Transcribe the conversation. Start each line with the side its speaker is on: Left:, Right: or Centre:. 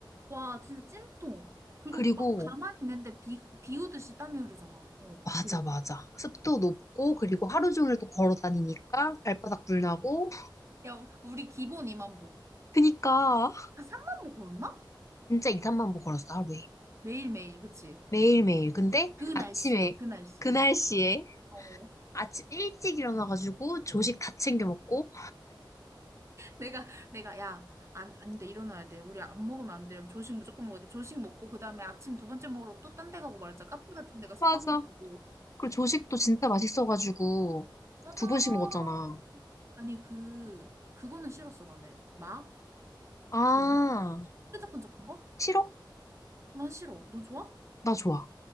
Right: 와, 진짜 찜통. 그리고
Left: 그리고,
Right: 막 가만히 있는데 비, 비 오듯이 땀이 흐르잖아. 어,
Left: 맞아,
Right: 그리고.
Left: 맞아. 습도 높고, 그리고 하루 종일 또 걸어 다니니까 발바닥 불나고.
Right: 야, 우리 기본 2만 보.
Left: 그니까.
Right: 한 3만 보 걸었나?
Left: 진짜 이 3만 보 걸었어, 하루에.
Right: 매일매일, 그치?
Left: 매일매일. 근데
Right: 그 날씨에,
Left: 아침에,
Right: 그 날씨에.
Left: 그 날씨에
Right: 어.
Left: 아침 일찍 일어나가지고 조식 다 챙겨 먹고.
Right: 내가, 내가, 야, 안, 안 돼, 일어나야 돼. 우리 안 먹으면 안 돼. 이러면 조식 무조건 먹어야 돼. 조식 먹고, 그 다음에 아침 두 번째 먹으러 또 딴 데 가고 말자. 카페 같은 데 가서
Left: 맞아.
Right: 빵 먹고.
Left: 그리고 조식도 진짜 맛있어가지고
Right: 맞아.
Left: 두 번씩 먹었잖아.
Right: 아니, 그, 그거는 싫었어, 나는. 마?
Left: 아,
Right: 기억나? 끈적끈적한 거?
Left: 싫어?
Right: 난 싫어. 너 좋아?
Left: 나 좋아.